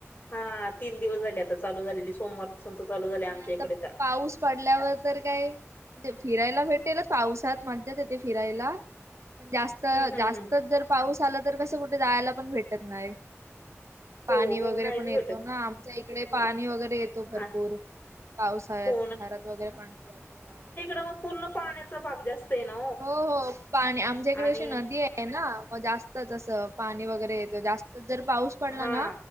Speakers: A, on the left; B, on the right.
A: हा तीन दिवस झाले आता चालू झालेली सोमवारपासून
B: हा
A: तर चालू झाले आमच्या
B: आणि आता
A: इकडे तर
B: पाऊस पडल्यावर तर काय म्हणजे फिरायला भेटेलच पावसात मज्जाच येते फिरायला पण जास्त
A: हम् हम्
B: जास्तच
A: हम्
B: जर पाऊस आला तर कसं कुठे जायला पण भेटत नाही. मग पाणी
A: हो हो
B: वगैरे
A: नाहीच
B: पण येतो
A: भेटत
B: ना आमच्या इकडे
A: हो
B: पाणी वगैरे येत. भरपूर
A: आ
B: पावसाळ्यात
A: हो
B: घरात वगैरे पाणी जात हा
A: तो पूर्ण पाण्याचा भाग जास्त आहे ना
B: हो हो पाणी आमच्याकडे
A: आणि
B: अशी नदी आहे. ना मग जास्तच असं पाणी वगैरे येत जास्त तर जर पाऊस पडला
A: हा
B: ना